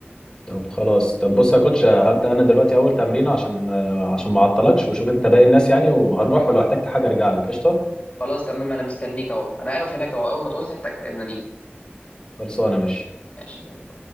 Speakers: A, on the left; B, on the left.
A: طب خلاص طب بص يا كوتش هبدأ انا دلوقتي اول تمرين عشان آه، عشان ما اعطلكش وشوف انت باقي الناس يعني وهروح ولو احتجت حاجة ارجع لك قشطة
B: خلاص تمام انا مستنيك اهو انا واقف هناك اهو اول ما تعوزني احتاج ناديني
A: خلصانة ماشي
B: ماشي